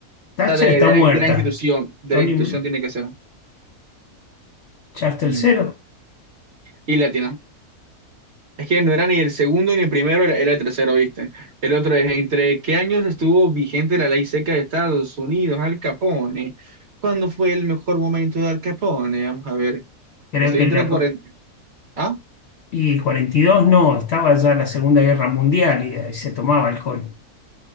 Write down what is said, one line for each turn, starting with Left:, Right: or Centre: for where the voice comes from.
Left: Thatcher
Right: sea, de,
Left: está
Right: de-
Left: muerta.
Right: de la institución. De
Left: Tony
Right: la institución
Left: Blair,
Right: tiene que ser.
Left: Charles III.
Right: Mm. Y latino. Es que no era ni el segundo ni el primero, era, era el tercero, ¿viste? El otro es, ¿entre qué años estuvo vigente la ley seca de Estados Unidos, Al Capone? ¿Cuándo fue el mejor momento de Al Capone? Vamos a ver.
Left: creo
Right: Yo estoy
Left: que
Right: entre
Left: la,
Right: 40...
Left: pro-
Right: Ah,
Left: y el 42 no, estaba ya la Segunda Guerra Mundial y, ahí se tomaba alcohol.